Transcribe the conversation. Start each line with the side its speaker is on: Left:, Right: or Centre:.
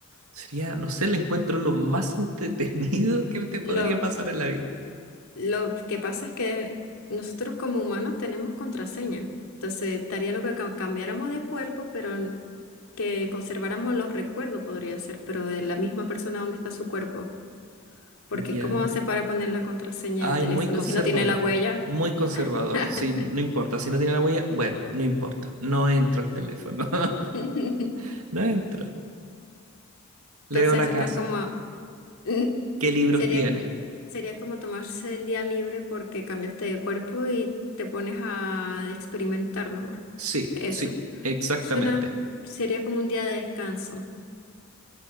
Right: Sería, no sé, el encuentro lo más <laughs> entretenido que te podría
Left: Lo,
Right: pasar en la vida.
Left: lo que pasa es que nosotros como humanos tenemos contraseña. Entonces, estaría lo que ca- cambiáramos de cuerpo, pero n- que conserváramos los recuerdos podría ser, pero de la misma persona donde está su cuerpo. Porque
Right: Ya.
Left: ¿cómo haces para poner la contraseña
Right: Ay,
Left: del teléfono
Right: muy conservador.
Left: si no tiene la huella?
Right: Muy conservador.
Left: <laughs>
Right: Sí, no importa. Si no tiene la huella, bueno, no importa. No entro al teléfono. <laughs>
Left: <laughs>
Right: no entro.
Left: Entonces
Right: Le veo la
Left: están
Right: casa.
Left: como, <laughs>
Right: ¿Qué libros
Left: sería,
Right: tiene?
Left: sería como tomarse el día libre porque cambiaste de cuerpo y te pones a experimentar nomás.
Right: Sí,
Left: Eso.
Right: sí, exactamente.
Left: Suena, sería como un día de descanso.